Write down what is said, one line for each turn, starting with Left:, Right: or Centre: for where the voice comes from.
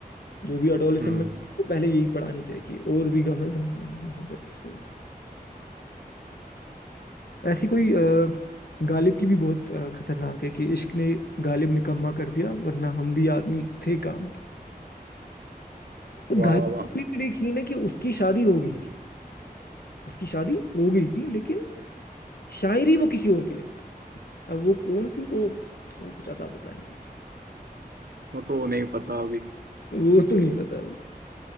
Left: जो भी अडोलेसेंट
Right: हम्म
Left: में उसको पहले यही पढ़ानी चाहिए कि और भी गम है जमाने में मोहब्बत के सिवा ऐसी कोई अ, गालिब की भी बहुत अ, खतरनाक है कि इश्क ने गालिब निकम्मा कर दिया वरना हम भी आदमी थे काम के तो
Right: वाह
Left: गालिब
Right: वाह वाह
Left: के रिलेटेड एक सीन है कि उसकी शादी हो गई थी उसकी शादी हो गई थी लेकिन शायरी वो किसी और के लिए करता था अब वो कौन थी वो वो कुछ अता पता नहीं
Right: वो तो नहीं पता अभी
Left: वो तो नहीं पता अभी